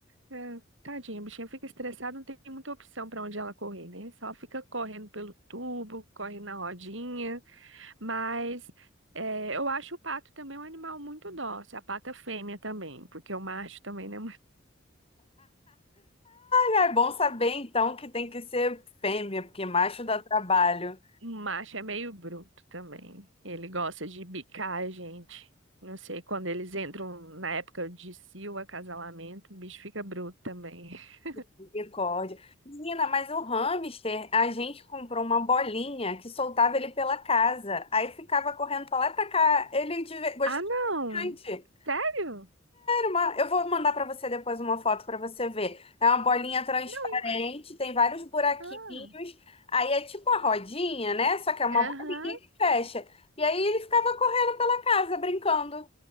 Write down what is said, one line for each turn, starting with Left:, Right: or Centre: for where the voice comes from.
Right: É, tadinha, a bichinha fica estressada, não tem muita opção para onde ela correr, né? Só fica correndo pelo tubo, corre na rodinha. Mas é, eu acho o pato também um animal muito dócil, a pata fêmea também, porque o macho também, né?
Left: Ah, é bom saber então que tem que ser fêmea, porque macho dá trabalho.
Right: O macho é meio bruto também. Ele gosta de bicar a gente. Não sei, quando eles entram na época de cio, acasalamento, o bicho fica bruto também. <laughs>
Left: Misericórdia. Menina, mas o hamster, a gente comprou uma bolinha que soltava ele pela casa. Aí ficava correndo pra lá e pra cá. Ele de- gostava
Right: Ah, não!
Left: bastante.
Right: Sério?
Left: uma- Eu vou mandar para você depois uma foto para você ver. É uma bolinha transparente,
Right: Não, ima-
Left: tem vários buraquinhos.
Right: Ah,
Left: Aí é tipo uma rodinha, né? Só que é uma
Right: aham.
Left: bolinha que fecha. E aí ele ficava correndo pela casa, brincando.